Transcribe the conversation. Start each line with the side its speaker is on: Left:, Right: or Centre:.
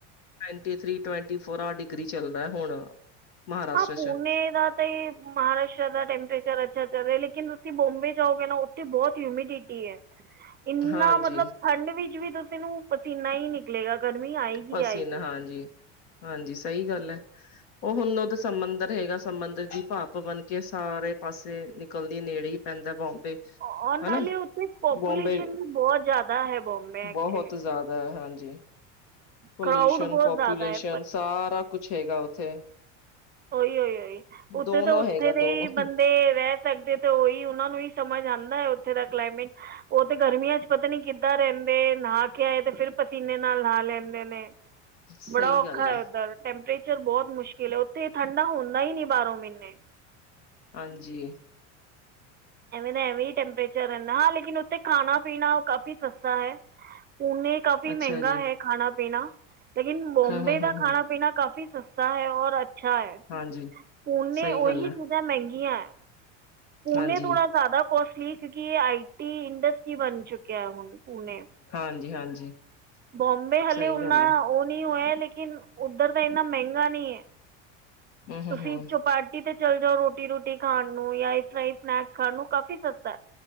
Left: ਟਵਟੀ ਥ ਟਵੈਂਟੀ ਫੋਰ ਆਹ ਡਿਗਰੀ ਚੱਲਦਾ ਹੁਣ ਮਹਾਰਾਸ਼ਟਰ
Right: ਹਾਂ ਪ ਪੁਣੇ
Left: 'ਚ
Right: ਦਾ ਤਾਂਈ ਮਹਾਰਾਸ਼ ਦਾ ਟਪਰੇਚਰ ਅੱਛਾ ਚੱਲਹਾ ਲੇਕਿਨ ਤੁਸੀਂ ਬਮਬੇ ਜਾਓਗੇ ਨਾ ਉੱਥੇ ਬਹੁਤ ਹਿਮਿਡਿਟੀ ਹੈ ਇੰਨਾ
Left: ਹਾਂਜੀ,
Right: ਮਤਲਬ ਠੰਡ ਵਿੱਚ ਵੀ ਤੁਸੀੇ ਪਸੀਨਾ ਹੀ ਨਿਕਲੇਗਾ ਗਰਮੀ ਆਏਗੀ
Left: ਪਾਸੀ
Right: ਆਏਗੀ
Left: ਨਾ ਹਾਂਜੀ ਹਾਂਜੀ ਸਹੀ ਗੱਲ ਹੈ ਉਹ ਹੁਣ ਉਦ ਸਮੁੰਦਰ ਹੈਗਾ ਸਮੁੰਦਰ ਦੀ ਭਾਪ ਬਣ ਕੇ ਸਾਰੇ ਪਾਸੇ ਨਿਕਲਦੀ ਨੇੜੇ ਹੀ ਪੈਂਦਾ ਬੋਂਬੇ
Right: ਔਰ ਨਾਲੇ
Left: ਹਨਾ
Right: ਉੱਥੇ ਪੋਪੂਲੇਸ਼ਨ
Left: ਬੋਬੇ
Right: ਵੀ ਬਹੁਤ ਜ਼ਿਆਦਾ ਹੈ ਬੋਂਬੇ ਐਕਚੁਲੀ
Left: ਬਹੁਤ ਜ਼ਿਆਦਾ ਹਾਂਜੀ ਪਲਸ਼ਨ
Right: ਕਰਾਊਡ ਬਹੁਤ
Left: ਪਪੂਲੇਸ਼ਨ
Right: ਜ਼ਿਆਦਾ ਹੈ
Left: ਸਾਰਾ ਕੁਛ ਹੈਗਾ ਉੱਥੇ
Right: ਉਹੀ ਉ ਉਹੀ ਉੱਥੇ
Left: ਦੋਨੋ
Right: ਤਾਂ ਉੱਥੇ
Left: ਹੈਗਾ
Right: ਦੇ
Left: ਦੋਨੋ
Right: ਹੀ ਬੰਦੇ ਰਹਿ ਸਕਦੇ ਤੇ ਉਹੀ ਉਹਨਾਂ ਨੂੰ ਹੀ ਸਮਝ ਜਾਂਦਾ ਹੈ ਉੱਥੇ ਦਾ ਕਲਾਈਮੇਟ ਉਹ ਤੇ ਗਰਮੀਆਂ ਚ ਪਤਾ ਨੀ ਕਿੱਦਾਂ ਰਹਿੰਦੇ ਨਾ ਖਿਆਏ ਤੇ ਫੇਿਰ ਪਸੀਨੇ ਨਾਲ ਲਾ ਲੈਂਦੇ ਨੇ
Left: ਸਹੀ
Right: ਬੜਾ ਔਖਾ
Left: ਗੱਲ
Right: ਹੈ ਉੱਧਰ ਟੈਂਪਰੇਚ ਰ ਬਹੁਤ ਮੁਸ਼ਕਿਲ ਹੈ ਉੱਥੇ ਠੰਡਾ ਹੁੰਦਾ ਹੀ ਨੀ ਬਾਰੋਂ ਮਹੀਨੇ
Left: ਹਾਂਜੀ
Right: ਐਵੇਂ ਦਾ ਐਵੇਂ ਹੀ ਟੈਂਪਰੇਚਰ ਰਹਿੰਦਾ ਹਾਂ ਲੇਕਿਨ ਉੱਥੇ ਖਾਣਾ ਪੀਣਾ ਕਾਫੀ ਸਸਤਾ ਹੈ ਪੂਨੇ ਕਾਫ਼ੀ
Left: ਅੱਛਾ
Right: ਮਹਿੰਗਾ
Left: ਜੀ
Right: ਹੈ ਖਾਣਾ ਪੀਣਾ ਲੇਕਿਨ
Left: ਹਾਂ ਹਾਂ ਹਾਂ
Right: ਦਾ ਖਾਣਾ
Left: ਹਾਂ
Right: ਪੀਣਾ ਕਾਫ਼ੀ ਸਸਤਾ ਹੈ ਔਰ ਅੱਛਾ ਹੈ
Left: ਹਾਂਜੀ
Right: ਪੂਨੇ
Left: ਸਹੀ
Right: ਉਹੀ
Left: ਗੱਲ ਹੈ
Right: ਚੀਜ਼ਾਂ ਮਹਿੰਗੀਆਂ ਪੂਣੇੇ
Left: ਹਾਂਜੀ
Right: ਥੋੜਾ ਜ਼ਿਆਦਾ ਕੋਸਟਲੀ ਕਿਉਂਕਿ ਇਹ ਆਈਟੀ ਇੰਡਸਟਰੀ ਬਣ ਚੁੱਕਿਆ ਹੁਣ ਪੂਣੇੇ
Left: ਹਾਂਜੀ ਹਾਂਜੀ
Right: ਬੋਬੇ ਹਲੇੇ
Left: ਸਹੀ
Right: ਓਨਾ
Left: ਗੱਲ ਹੈ
Right: ਉਹ ਨਹੀਂ ਹੋਇਆ ਲੇਕਿਨ ਉੱਧਰ ਤਾਂ ਇੰਨਾ ਮਹਿੰਗਾ ਨਹੀਂ ਹੈ
Left: ਹਮ
Right: ਤੁਸੀਂ
Left: ਹਮ ਹਮ
Right: ਚੌਪਾਟੀ ਤੇ ਚਲ ਜਾਓ ਰੋਟੀ ਰੋਟੀ ਖਾਣ ਨੂੰ ਜਾਂ ਇਸ ਤਰ੍ਹਾਂ ਹੀ ਸਨੈਕਸ ਖਾਣ ਨੂੰ ਕਾਫ਼ੀ ਸਸਤਾ ਹੈ।